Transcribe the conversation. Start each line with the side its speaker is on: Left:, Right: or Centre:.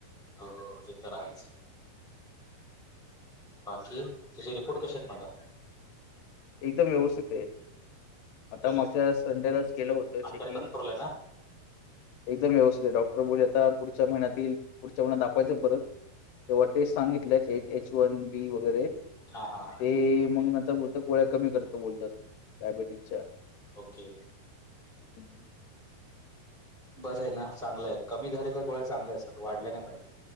Centre: हो ते तरहायच बाकी तुझे रिपोर्ट कसे आहेत माझा
Left: एकदम व्यवस्थित हैय. आता
Centre: म्हणजे
Left: मागझ्या संडेलाच गेलं होतं चेकिंग.
Centre: अंडर कंट्रोल आहे ना
Left: एकदम व्यवस्थित आहे डॉक्टर बोल आता पुढच्या महिन्यातील पुढच्या महिन्यात दाखवायचं परत -- तेव्हा टेस्ट सांगितलं एच वन बी वगैरे ते
Centre: हा हा हा
Left: मग नंतर बोलतात गोळ्या कमी करतो बोलतात डायबिटीसच्या.
Centre: ओके.
Left: हम्म, हम्.
Centre: बरं हेना, चांगलंय कमी झालेल्या गोळ्या चांगल्या असतात. वाढल्या नाही पाहिजेत.